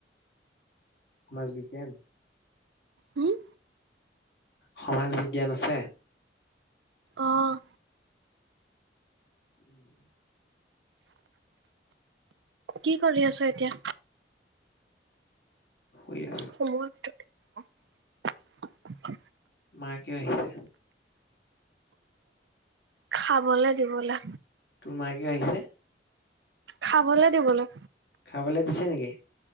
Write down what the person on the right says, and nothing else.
উম!
অ'!
কি কৰি আছ এতিয়া?
সোমোৱাৰ ভিতৰ <inaudible>
খাবলে দিবলে।
খাবলে দিবলৈ।